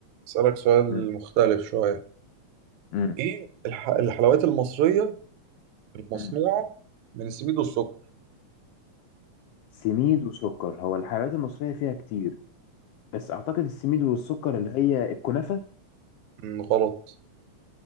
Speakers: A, on the right; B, on the left.
A: اسالك سؤال
B: م-
A: مختلف شويه
B: م-
A: ايه الح... الحلويات المصريه المصنوعه
B: م.
A: من السميد والسكر
B: سميد وسكر هو الحلويات المصرية فيها كتير بس أعتقد السميد والسكر اللي هي الكنافة
A: مم، غلط